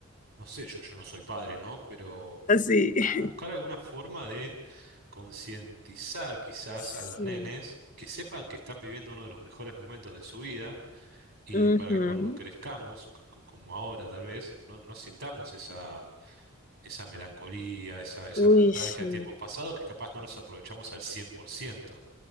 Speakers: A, on the right (about 65°); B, on the left (about 35°).
A: no sé, yo, yo no soy padre, ¿no? Pero
B: Así. <laughs>
A: a- buscar alguna forma de concientizar quizás
B: Sí.
A: a los nenes que sepan que están viviendo uno de los mejores momentos de su vida y
B: Ujú.
A: para que cuando crezcamos, c- como ahora tal vez, no, no sintamos esa, esa melancolía, esa, esa
B: Uy,
A: nostalgia
B: sí.
A: de tiempos pasados que capaz no los aprovechamos al 100%